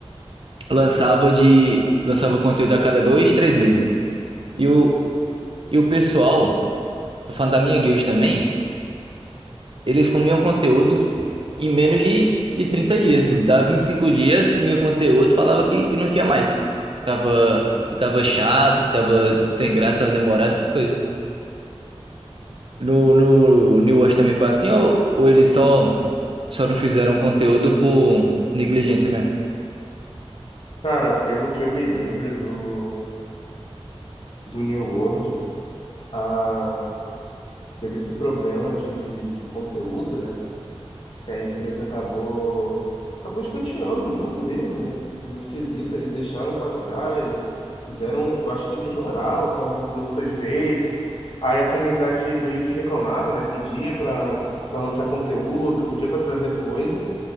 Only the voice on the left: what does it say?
Cara, pelo que eu me lembro do, do New World, a... teve esse problema de, de, de conteúdo, né? que a empresa acabou acabou escanteando o jogo mesmo, no esquisito, eles deixaram para trás, fizeram, eu acho que ignorar a forma que o jogo foi feito. Aí a comunidade meio que reclamava, né, pedia para para lançar conteúdo, pedia para trazer coisa,